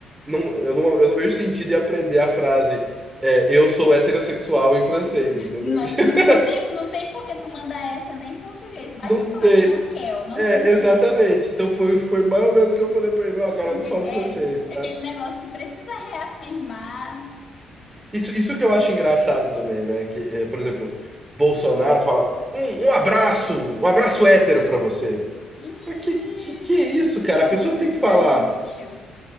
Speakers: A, on the right; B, on the left.
A: não, eu não, eu não vejo sentido em aprender a frase é, eu sou heterossexual em francês, entendeu?
B: Não,
A: <laughs>
B: não, não tem, não tem por que tu mandar essa nem em português. Basta
A: Não tem.
B: falar que não quer, ó, não
A: É,
B: tem interesse.
A: exatamente. Então foi, foi mais ou menos o que eu falei pra ele, ó, cara,
B: Porque
A: eu não falo
B: é,
A: francês, tá?
B: é aquele negócio, se precisa reafirmar.
A: Isso, isso que eu acho engraçado também, né? Que, é, por exemplo, Bolsonaro fala um, um abraço, um abraço hétero pra você.
B: Ih,
A: Mas que, que, que é isso, cara?
B: Faz
A: A pessoa
B: necessidade,
A: que tem que falar.
B: meu tio.